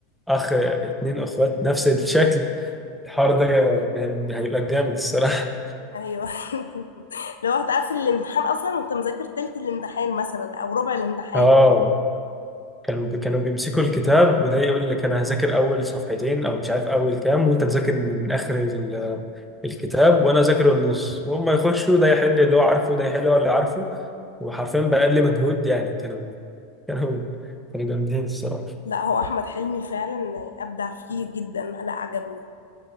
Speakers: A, in the centre; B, on the left (about 85°).
A: اخ اتنين اخوات نفس الشكل الحوار ده هيبقى جامد الصراحه
B: ايوه <laughs> لو هتقفل الامتحان اصلا وانت مذاكر تلت الامتحان مثلا او ربع الامتحان
A: <laughs> اه كانوا كانوا بيمسكوا الكتاب وده يقول لك انا هذاكر اول صفحتين او مش عارف اول كام وانت تذاكر من اخر ال- الكتاب وانا اذاكر النص وهم يخشوا ده يحل اللي هو عارفه ده يحل اللي هو اللي عارفه وحرفيا باقل مجهود يعني كانوا <laughs> كانوا كانوا جامدين الصراحه
B: لا هو احمد حلمي فعلا ابدع فيه جدا لا عجبني